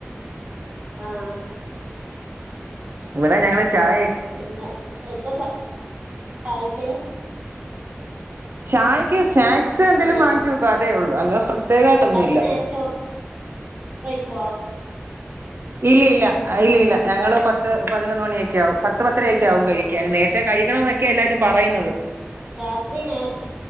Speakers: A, on the right; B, on the right.
A: ആഹ്
B: ഇവിടെ ഞങ്ങള് ചായ
A: പിന്ന എന്താ ച ആയക്ക്‌
B: ചായ്ക്ക് സ്നാക്സ് എന്തേലും
A: ഏഹ്
B: വാങ്ങിച്ച് വെക്കും അതേ ഉള്ളൂ അല്ല പ്രത്യേകമായിട്ടൊന്നുല്ല
A: രാത്രി നേരത്തെ ചോറ് <unintelligible>
B: ഇല്ല, ഇല്ല, ഇല്ല ഇല്ല ഞങ്ങള് പത്ത് പതിനൊന്ന് മണിയൊക്കെ ആവും പത്ത് പത്തരയൊക്കെ ആവും കഴിക്കാന്
A: ആഹ്
B: നേരത്തെ കഴിക്കണം എന്നൊക്കെ എല്ലാരും പറയുന്നത്
A: രാത്രി നേരത്തെ